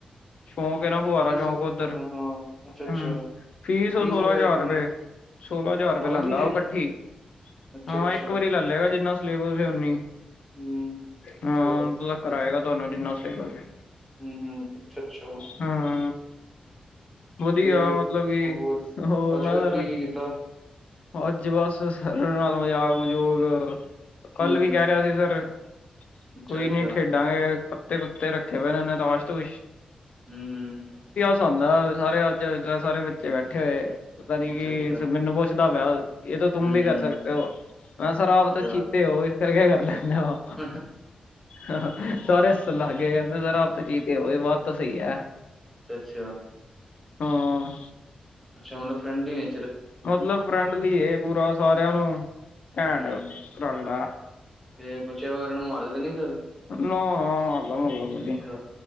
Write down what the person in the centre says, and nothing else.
ਹਾਂ-ਹਾਂ,
ਅੱਛਾ-ਅੱਛਾ
ਤੇ
ਵਗੈਰਾ
ਕਿੰਨੀ
ਸਾਲ
ਦੀ
ਏ?
ਅੱਛਾ-ਅੱਛਾ
ਹੂੰ,
ਅੱਛਾ,
ਹੂੰ-ਹੂੰ, ਅੱਛਾ-ਅੱਛਾ
ਤੇ
ਹੋਰ
ਅੱਜ
ਫਿਰ
ਕੀ-ਕੀ ਕੀਤਾ?
ਹੂੰ,
ਅੱਛਾ-ਅੱਛਾ,
ਹੂੰ -ਹੂ
ਅੱਛਾ-ਅੱਛਾ,
ਹੂੰ-ਹੂੰ,
ਅੱਛਾ।
ਅੱਛਾ-ਅੱਛਾ, ਹੂੰ, ਅੱਛਾ-ਅੱਛਾ, ਅੱਛਾ
ਅੱਛਾ-ਅੱਛਾ
ਅੱਛਾ ਮਤਲਬ ਫਰੈਂਡ ਹੀ ਏ।
ਹੂੰ,
ਤੇ ਬਚਿਆ ਵਗੈਰਾ ਨੂੰ ਮਾਰਦੇ ਤੇ ਨੀ ਸਰ
ਅੱਛਾ,